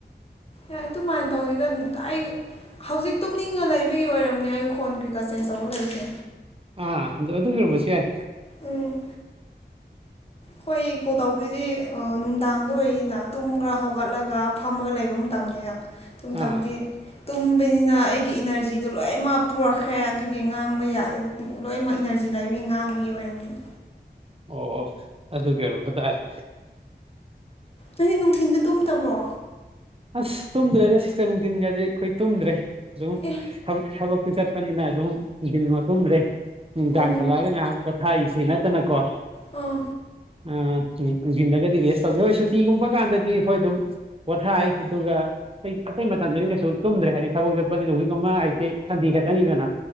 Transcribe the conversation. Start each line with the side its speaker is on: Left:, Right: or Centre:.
Left: ꯑꯦ ꯑꯗꯨꯃꯥꯏꯅ ꯇꯧꯋꯦꯗ ꯑꯩ ꯍꯧꯖꯤꯛ ꯇꯨꯝꯅꯤꯡꯉ ꯂꯩꯕꯒꯤ ꯑꯣꯏꯔꯝꯅꯦ ꯑꯩ ꯈꯣꯟꯒꯤ ꯒ ꯆꯦꯟꯁ ꯆꯧ ꯂꯩꯁꯦ꯫
Right: ꯑ ꯗꯨ ꯑꯗꯨꯒꯤ ꯑꯣꯏꯔꯝꯕꯁꯨ ꯌꯥꯏ꯫
Left: ꯎꯝ꯫ ꯈꫭꯏ ꯀꯣꯜ ꯇꯧꯕꯗꯗꯤ ꯅꯨꯡꯗꯥꯡꯗ ꯑꯣꯏꯅ꯫ ꯇꯨꯝꯔ ꯍꯧꯒꯠꯂꯒ ꯐꯝꯃꯒ ꯂꯩꯕ ꯃꯇꯝꯅꯤꯅ ꯇꯨꯝ ꯃꯇꯝꯗꯤ
Right: ꯑꯥ
Left: ꯇꯨꯝꯕꯅꯤꯅ ꯑꯩꯒꯤ ꯏꯅꯔꯖꯤꯗꯣ ꯂꯣꯏꯃꯛ ꯄꯨꯔꯛꯈ꯭ꯔꯦ ꯑꯗꯨꯒꯤ ꯉꯥꯡꯕ ꯌꯥꯔꯦꯗ ꯂꯣꯏꯅꯃꯛ ꯏꯅꯔꯖꯤ ꯂꯩꯕꯒꯤ ꯉꯥꯡꯕꯒꯤ ꯑꯣꯏꯔꯝꯅꯤ꯫
Right: ꯑꯣ ꯑꯗꯨꯒꯤ ꯑꯣꯏꯔꯝꯕ ꯇꯥꯔꯦ꯫
Left: ꯅꯣꯏꯗꯤ ꯅꯨꯡꯊꯤꯟꯗ ꯇꯨꯝꯗꯕ꯭ꯔꯣ꯫
Right: ꯑꯁ ꯇꯨꯝꯗ꯭ꯔꯦꯗ ꯁꯤꯁꯇꯔ ꯅꯨꯡꯊꯤꯟꯒꯁꯦ ꯑꯩꯈꯣꯏ ꯇꯨꯝꯗ꯭ꯔꯦ ꯑꯗꯨꯝ
Left: ꯑꯦ
Right: ꯊ ꯊꯕꯛ ꯆꯠꯄꯅꯤꯅ ꯑꯗꯨꯝ ꯅꯨꯡꯗꯤꯟ ꯉꯣ ꯇꯨꯝꯗ꯭ꯔꯦ ꯅꯨꯡꯗꯥꯡ
Left: ꯑꯣ
Right: ꯍꯂꯛꯑꯒ ꯉꯥꯍꯥꯛ ꯄꯣꯊꯥꯔꯤꯁꯤ ꯅꯠꯇꯅꯀꯣ꯫
Left: ꯑꯣ꯫
Right: ꯎꯝ ꯅꯨꯡꯗꯤꯟꯗꯒꯗꯤ ꯔꯦꯁ ꯇꯧꯗꯦ ꯍꯣꯏ ꯁꯨꯇꯤꯒꯨꯝꯕ ꯀꯥꯟꯗꯗꯤ ꯍꯣꯏ ꯑꯗꯨꯝ ꯄꯣꯊꯥꯏ ꯑꯗꯨꯒ ꯑꯇꯩ ꯑꯇꯩ ꯃꯇꯝꯗꯗꯤ ꯀꯩꯁꯨ ꯇꯨꯝꯗ꯭ꯔꯦ ꯍꯥꯏꯗꯤ ꯊꯕꯛ ꯆꯠꯄꯅꯤꯅ ꯋꯤꯛ ꯑꯃ ꯍꯥꯏꯁꯦ ꯁꯟꯗꯦ ꯈꯛꯇꯅꯤꯗꯅ꯫